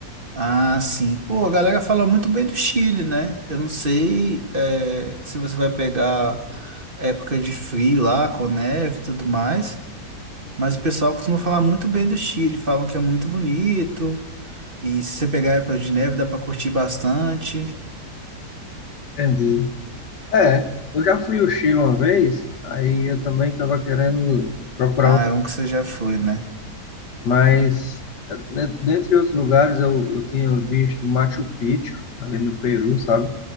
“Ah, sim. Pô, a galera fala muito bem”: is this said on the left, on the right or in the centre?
Right